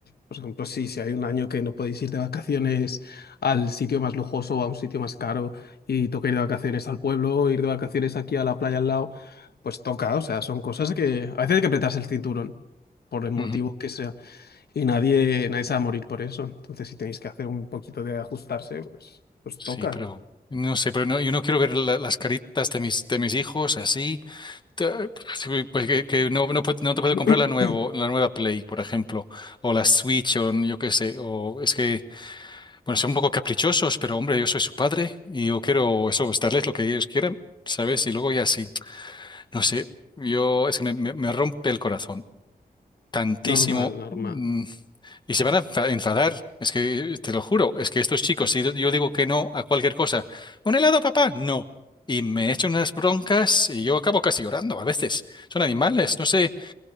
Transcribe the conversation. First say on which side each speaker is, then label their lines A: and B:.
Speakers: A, on the left; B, on the left.
A: por ejemplo, si, si hay un año que no podéis ir de vacaciones al sitio más lujoso o a un sitio más caro y toca ir de vacaciones al pueblo, ir de vacaciones aquí a la playa al lado, pues toca. O sea, son cosas que a veces hay que apretarse el cinturón por el motivo
B: ujú.
A: que sea. Y nadie, nadie se va a morir por eso. Entonces, si tenéis que hacer un poquito de ajustarse, pues, pues
B: Sí,
A: toca.
B: pero no sé, pero no, yo no quiero ver la- las caritas de mis, de mis hijos así. Ta- pues, sí, Pues que, que no, no, puedo- no te puedo
A: <clears throat>
B: comprar la nuevo, la nueva Play, por ejemplo, o la Switch, o yo qué sé, o es que, bueno, son un poco caprichosos, pero hombre, yo soy su padre y yo quiero eso, pues, darles lo que ellos quieran, ¿sabes? Y luego ya sí, no sé, yo es que me, me me rompe el corazón tantísimo.
A: Normal, normal.
B: mm, Y se van a enfa- enfadar, es que te lo juro, es que estos chicos, si yo digo que no a cualquier cosa, un helado, papá, no. Y me echan unas broncas y yo acabo casi llorando a veces. Son animales, no sé.